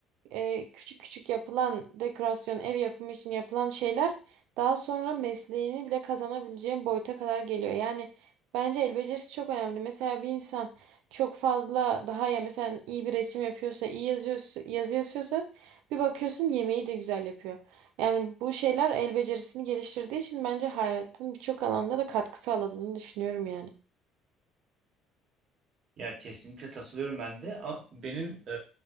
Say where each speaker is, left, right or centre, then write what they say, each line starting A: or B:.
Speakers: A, on the right (about 80°); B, on the right (about 55°).
A: e, küçük küçük yapılan dekorasyon, ev yapımı için yapılan şeyler daha sonra mesleğini bile kazanabileceğin boyuta kadar geliyor. Yani Bence el becerisi çok önemli. Mesela bir insan çok fazla daha ya mesela iyi bir resim yapıyorsa, iyi yazıyorsa, yazı yazıyorsa bir bakıyorsun yemeği de güzel yapıyor. Yani bu şeyler el becerisini geliştirdiği için bence hayatın birçok alanda da katkı sağladığını düşünüyorum yani.
B: Ya kesinlikle katılıyorum ben de. A- Benim e,